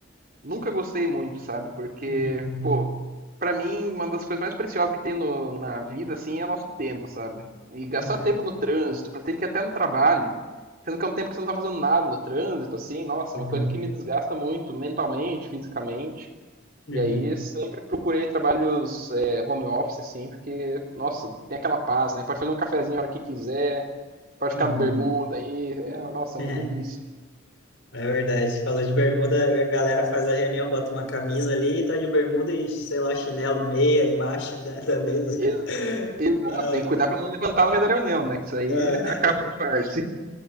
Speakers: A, on the right (about 45°); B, on the left (about 65°).
A: nunca gostei muito, sabe? Porque,
B: uhum,
A: pô, pra mim uma das coisas mais preciosas que tem no- na vida assim é o nosso tempo, sabe? E gastar
B: uhum,
A: tempo no trânsito, pra ter que ir até no trabalho, sendo que é um tempo que você não tá fazendo nada no trânsito assim, nossa,
B: uhum,
A: é uma coisa que me desgasta muito mentalmente, fisicamente.
B: uhum,
A: E aí sempre procurei trabalhos é, home office, assim, porque, nossa, tem aquela paz, né? Pode fazer um cafezinho a hora que quiser, pode
B: uhum.
A: ficar de bermuda aí, é, nossa,
B: <laughs>
A: é uma delícia.
B: É verdade. Falou de bermuda, a galera faz a reunião, bota uma camisa ali, tá de bermuda e, sei lá, chinelo, meia embaixo da, da mesa.
A: Ex-
B: <laughs>
A: Exato,
B: Ah,
A: tem que cuidar pra não levantar no meio da reunião, né? Que isso aí
B: ah,
A: acaba o disfarce.